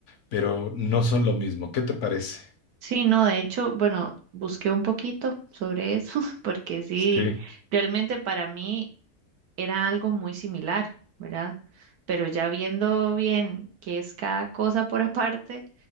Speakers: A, on the left (about 60°); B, on the right (about 75°).
A: pero no son lo mismo. ¿Qué te parece?
B: sí, no, de hecho, bueno, busqué un poquito sobre eso, <laughs> porque sí,
A: Sí,
B: realmente para mí era algo muy similar, ¿verdad? Pero ya viendo bien qué es cada cosa por <laughs> aparte,